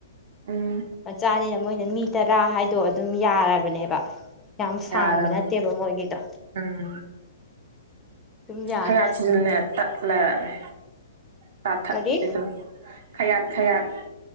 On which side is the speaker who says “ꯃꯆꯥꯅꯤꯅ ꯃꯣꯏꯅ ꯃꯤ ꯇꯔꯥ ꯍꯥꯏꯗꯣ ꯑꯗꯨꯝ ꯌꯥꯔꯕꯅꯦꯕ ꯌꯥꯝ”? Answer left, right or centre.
Left